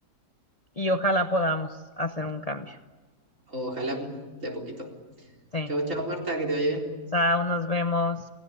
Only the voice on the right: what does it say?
Ojalá pues, de a poquito.
Chao, chao, Marta, que te vaya bien.